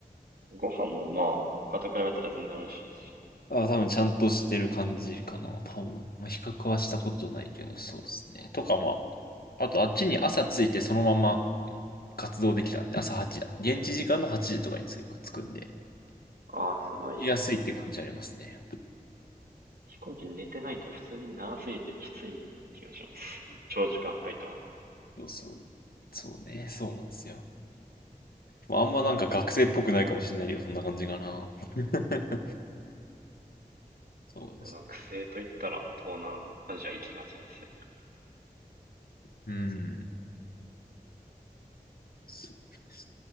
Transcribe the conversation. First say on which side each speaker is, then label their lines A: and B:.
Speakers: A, on the right (about 85°); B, on the left (about 80°).
A: ご飯もまあ、他と比べたら全然美味しいし。
B: あ、多分ちゃんとしてる感じかな。多分。まあ、比較はしたことないけど、そうですね。とかまあ、あとあっちに朝着いてそのまま活動できたんで、朝8時、現地時間の8時とかに着く着くんで、行
A: ああ、それはいいっすね。
B: きやすいって感じありますね。
A: 飛行機寝てないと普通に長すぎてきつい気がします。長時間フライトは。
B: そうそう。そうね、そうなんですよ。まあ、あんまなんか学生っぽくないかもしれないけど、そんな感じかな。<laughs> そうですね。
A: 学生といったら東南アジア行きがちですよね。
B: うん。そうです